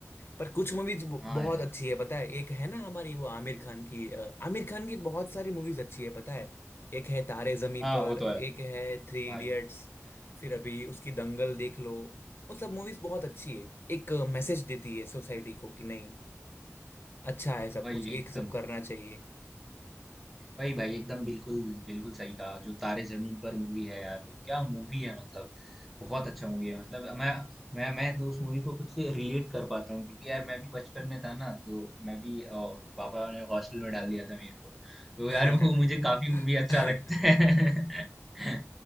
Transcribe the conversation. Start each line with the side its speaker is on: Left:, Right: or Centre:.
Left: पर कुछ मूवीज बहुत
Centre: हाँ यार
Left: अच्छी है पता है एक है ना हमारी वो आमिर खान की अ, आमिर खान की बहुत सारी मूवीज अच्छी है पता है एक है तारे जमी
Centre: हाँ
Left: पर
Centre: वो तो है
Left: एक है थ्री
Centre: भाई
Left: इडियट्स फिर अभी उसकी दंगल देख लो वो सब मूवीज बहुत अच्छी है एक मैसेज देती है सोसाइटी को कि नहीं अच्छा है सब
Centre: भाई
Left: कुछ ये
Centre: एकदम
Left: सब करना चाहिए
Centre: वही भाई एकदम बिल्कुल बिल्कुल सही कहा जो तारे जमीन पर मूवी है यार वो क्या मूवी है मतलब बहुत अच्छा मूवी है मतलब मैं मैं मैं तो उस मूवी को खुद से रिलेट कर पाता हूँ क्योंकि यार मैं भी बचपन में था ना तो मैं भी अ, पापा ने हॉस्टल में डाल दिया था मेरे को तो
Left: <laughs>
Centre: यार वो मुझे काफी मूवी अच्छा लगता है <laughs>